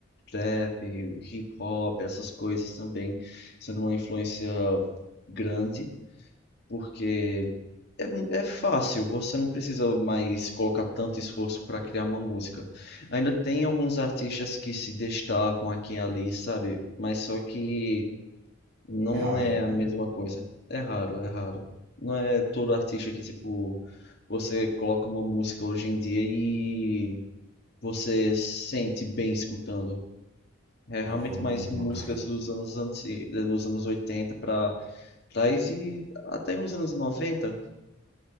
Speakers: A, on the left; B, on the right.
A: trap, hip hop, essas coisas também sendo uma influência grande, porque é, é fácil, você não precisa mais colocar tanto esforço para criar uma música. Ainda tem alguns artistas que se destacam aqui e ali, sabe? Mas só que Não
B: É raro,
A: é a
B: né?
A: mesma coisa. É raro, é raro. Não é todo artista que, tipo, você coloca uma música hoje em dia e você sente bem escutando. É realmente
B: Não, de forma
A: mais
B: alguma,
A: músicas
B: cara.
A: dos anos, anti... dos anos 80 pra trás e até os anos noventa